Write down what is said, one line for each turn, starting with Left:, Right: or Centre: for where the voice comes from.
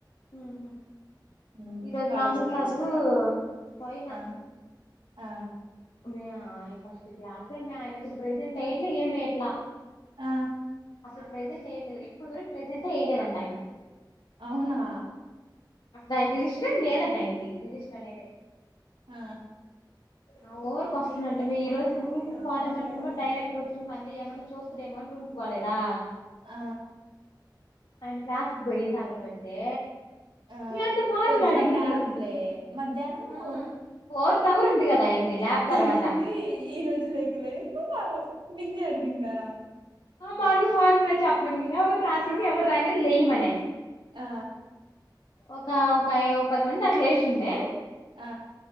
Left: మ్ హు
Right: మ్మ్
Left: ఈరోజు
Right: కాలేజ్
Left: రాము
Right: పోయి
Left: సారు
Right: వచ్చినావా
Left: పోయినా
Right: ఆ ఆ
Left: మే ఆయ ఫస్ట్ క్లాసే మే ఆయనసలు ప్రజెంట్ అయ్యట్లే ఏమెయ్యట్లా
Right: ఆ
Left: అసలు ప్రజెంట్ ఎయట్లేదు ఇప్పడు వరకు ప్రజెంటే ఎయ్ లేదంటాయన
Right: అవునా
Left: ఆయన రిజిస్టరే లేదంట ఆయనకి రిజిస్టర్ అనేదే
Right: ఆ
Left: ఓ ఆ ఊరికస్తుందంట మే ఈ రోజు రూజు పోదమనుకుంటే డైరెక్టర్ వచ్చిం <unintelligible> మని ఏమైన్నా చూస్తడేమోని రూమ్కి పోలేదా
Right: ఆ
Left: ఆయన క్లాస్కు బోయి తగలబెడితే
Right: ఆ
Left: ఏందో ఫార్ములా
Right: పొద్దున
Left: అడిగిండు
Right: ల్యాబ్లే మధ్యాహ్నము
Left: ఆ ఫోర్త్ అవర్ ఉంది కదా అయింది ల్యాబ్
Right: పొయ్యినింది
Left: తర్వాత
Right: ఈ రోజు లేకలే <unintelligible> నిన్నే అడిగిందా
Left: ఆ మామూలుగ ఫార్ములా చెప్మంది ఎవరు రాసింది ఎవరు రాయలేద్ లయ్ మనే
Right: ఆ
Left: ఒక ఒక ఒక పది మంది అట్ లేచిండే
Right: ఆ